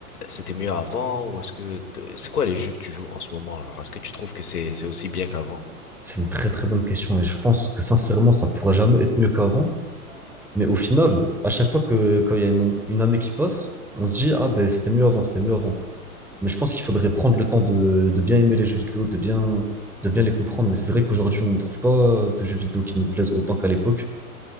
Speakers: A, on the left; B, in the centre.
A: c'était mieux avant ou est-ce que t- c'est quoi les jeux que tu joues en ce moment? Alors est-ce que tu trouves que c'est c'est aussi bien qu'avant?
B: C'est une très très bonne question et je pense que sincèrement, ça pourra jamais être mieux qu'avant. Mais au final, à chaque fois que quand il y a une, une année qui passe, on se dit, ah ben c'était mieux avant, c'était mieux avant. Mais je pense qu'il faudrait prendre le temps de, de bien aimer les jeux vidéo, de bien, de bien les comprendre. Mais c'est vrai qu'aujourd'hui, on ne trouve pas de jeux vidéo qui nous plaisent autant qu'à l'époque.